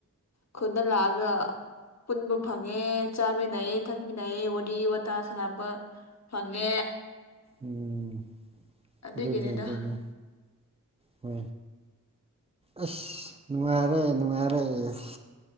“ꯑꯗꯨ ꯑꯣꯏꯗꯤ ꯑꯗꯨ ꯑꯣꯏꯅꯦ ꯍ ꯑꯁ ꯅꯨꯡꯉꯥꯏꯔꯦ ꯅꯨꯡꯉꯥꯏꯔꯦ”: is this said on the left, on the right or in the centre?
Right